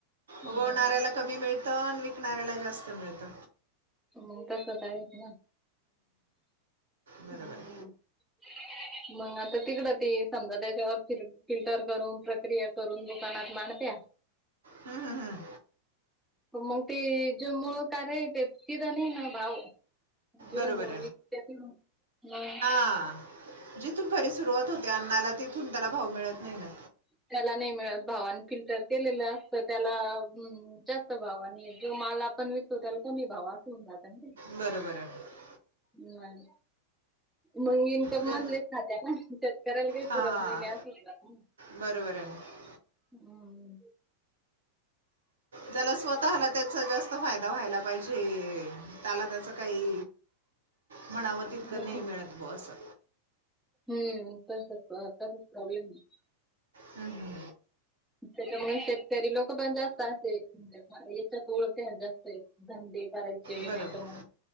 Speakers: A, in the centre; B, on the right (about 65°).
A: हम्म.
B: उगवणाऱ्याला कमी मिळतं आणि विकणाऱ्याला जास्त मिळतं.
A: हम् तसच आहेच ना,
B: बरोबर
A: <inaudible> हम्
B: आहे
A: मग आता तिकडं ते समजा, त्याच्यावर फि फिल्टर करून, प्रक्रिया करून दुकानात मांडत्या
B: हम्म, हम्म, हम्म.
A: मग ते जे मुळ कार्य आहे ते, तिथं नाही ना भाव. जीड
B: बरोबर
A: मुळ वीकत्यात तिठून <inaudible>
B: हा. जिथून घरी सुरुवात होते अण्णाला, तिथून त्याला भाव मिळत नाही ना.
A: आपल्याला नाही मिळत भाव. आणि फिल्टर केलेलं असतं त्याला, जास्त भाव. आणि जो माल आपण पण विकतो, त्याला कमी भाव असं होऊन जातं ना ते.
B: बरोबर आहे ना
A: <inaudible> व्हयं. मग येइल ते
B: ज्या
A: मधलेच खात्या ना. शेतकऱ्याला काही
B: हां
A: पुरत नाही ते असं होउन जातं.
B: बरोबर आहे
A: <inaudible>
B: ना
A: हम्म.
B: त्याला स्वतःला त्याचा जास्त फायदा व्हायला पाहिजे. त्याला त्याचं काही म्हणावं तितकं
A: हम्म
B: नाही मिळत बॉ असं.
A: हम्म. तसच तसच <unintelligible>
B: हा हा.
A: त्याच्यामुळे शेतकरी लोक पण जास्त असे, याच्यात वळत्याय जास्त धंदे करायचे. ते
B: बरोबर
A: नाही का म?